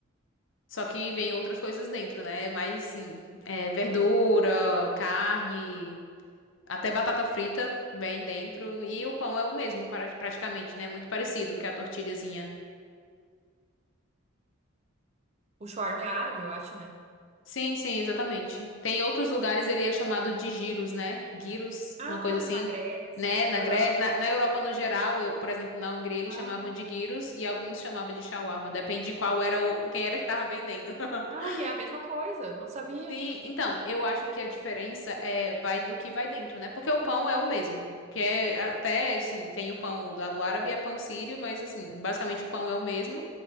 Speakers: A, on the left (about 60°); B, on the right (about 30°).
A: Só que vem outras coisas dentro, né? Mas, assim, é, verdura, carne, até batata frita vem dentro. E o pão é o mesmo, para- praticamente, né? Muito parecido que a tortilhazinha.
B: o shawarma é árabe, eu acho, né?
A: Sim, sim, exatamente. Tem outros lugares, ele é chamado de giros, né? Gyros,
B: Ah,
A: uma coisa assim,
B: na Grécia.
A: né? Na
B: Aham.
A: Grécia, na, na Europa no geral, eu, por exemplo, na Hungria eles
B: Ah,
A: chamavam de gyros e alguns chamavam de shawarma, depende de qual era o quem era que tava vendendo. <laughs>
B: ah, e é a mesma coisa, não sabia.
A: Sim, então, eu acho que a diferença é vai do que vai dentro, né? Porque o pão é o mesmo, que é até, assim, tem o pão lá do árabe, é pão sírio, mas assim, basicamente o pão é o mesmo,